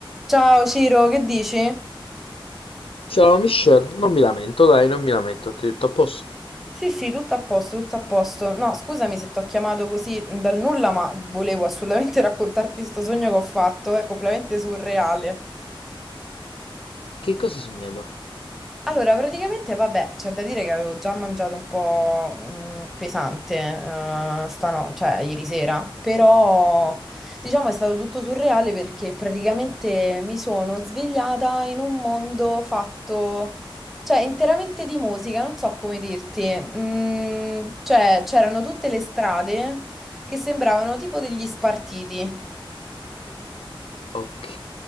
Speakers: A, in the centre; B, on the left (about 80°).
A: Ciao Ciro, che dici?
B: Ciao Michelle, non mi lamento, dai, non mi lamento, ti ho detto a posto.
A: Sì, sì, tutto a posto, tutto a posto. No, scusami se ti ho chiamato così dal nulla, ma volevo assolutamente <laughs> raccontarti sto sogno che ho fatto, è completamente surreale.
B: Che cosa hai sognato?
A: Allora, praticamente, vabbè, c'è da dire che avevo già mangiato un po' mh, pesante eh, stano- cioè ieri sera, però diciamo è stato tutto surreale perché praticamente mi sono svegliata in un mondo fatto, cioè interamente di musica, non so come dirti, Mm, cioè c'erano tutte le strade che sembravano tipo degli spartiti
B: Ok,